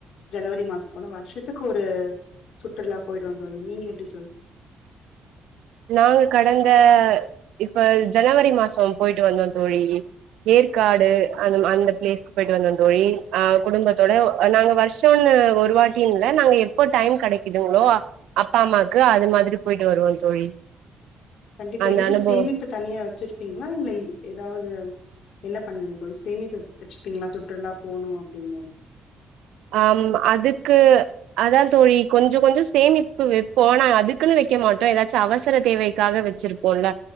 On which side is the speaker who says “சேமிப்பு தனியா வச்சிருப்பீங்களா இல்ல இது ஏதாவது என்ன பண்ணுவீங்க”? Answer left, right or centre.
Left